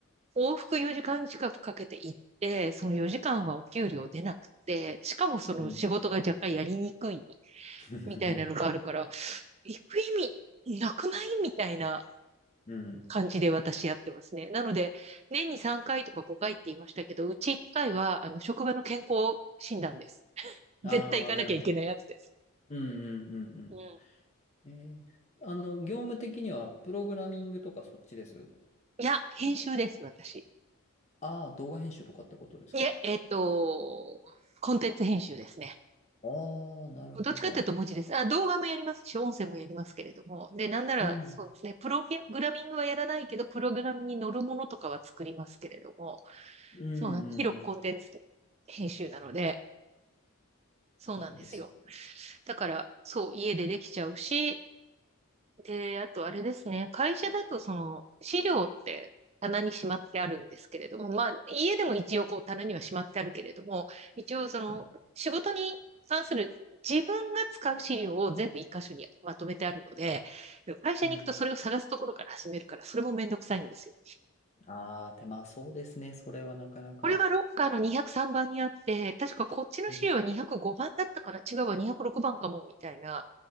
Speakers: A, on the right; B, on the left.
A: 往復4時間近くかけて行って、その4時間はお給料出なくて、しかもその仕事が若干やりにくい
B: うん。<laughs>
A: みたいなのがあるから、行く意味なくないみたいな
B: うん。
A: 感じで私やってますね。なので、年に3回とか5回って言いましたけど、うち1回は、あの、職場の健康診断です。
B: ああ、
A: 絶対行かなきゃいけないやつです。
B: なるほど。うん、うん、うん、
A: うん。
B: うん。えー、あの、業務的には、プログラミングとかそっちです。
A: いや、編集です、私。
B: ああ、動画編集とかってことですか。
A: いえ、えっと、コンテンツ編集ですね。
B: ああー、なるほど。
A: どっちかっていうと文字です。あ、動画もやりますし、音声もやりますけれども。で、なんなら、
B: うん。
A: そうですね、プログラミングはやらないけど、プログラムに乗るものとかは作りますけれども、
B: うんうん
A: そうなん、広くコンテンツ編集なので、そうなんですよ。
B: うん。いいですね。
A: だから、そう、家でできちゃうし、で、あとあれですね、会社だとその資料って棚にしまってあるんですけれども、まあ家でも一応こう棚にはしまってあるけれども、一応その仕事に関する自分が使う資料を全部一箇所にまとめてあるので、
B: うん。
A: 会社に行くとそれを探すところから始めるから、
B: うん、
A: それもめんどくさいんですよ。
B: ああ、手間そうですね。それはなかなか。
A: これはロッカーの203番にあって、確かこっちの資料は205番だったかな違うわ、
B: うん。
A: 206番かも、みたいな。